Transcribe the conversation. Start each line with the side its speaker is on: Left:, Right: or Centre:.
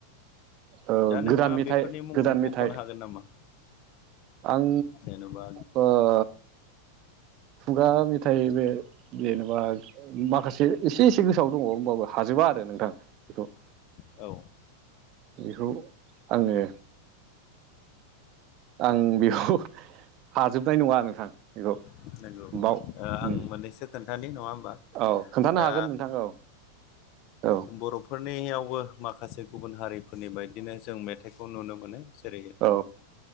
Right: ओ
Left: दा नोंथाङा
Right: गोदान मेथाइ
Left: बेफोरनि मुंखौ
Right: गोदान
Left: मख'नो
Right: मेथाइ
Left: हागोन नामा
Right: आं
Left: जेनबा
Right: बा खुगा मेथाइ बे जेनेबा माखासे एसे एसे गोसोआव दङ' होमबाबो हाजोबा आरो नोंथां बेखौ
Left: औ
Right: बेखौ आङो आं बेखौ हाजोबनाय नङा नोंथां बेखौ
Left: नंगौ ओ
Right: बाव
Left: आं
Right: उम
Left: मोननैसो खोन्थानाय नङा होमबा?
Right: औ खोन्थानो
Left: दा
Right: हागोन नोंथां औ औ
Left: बर' फोरनियावबो माखासे गुबुन हारिफोरनि बायदिनो जों मेथाइखौ नुनो मोनो। जेरै
Right: औ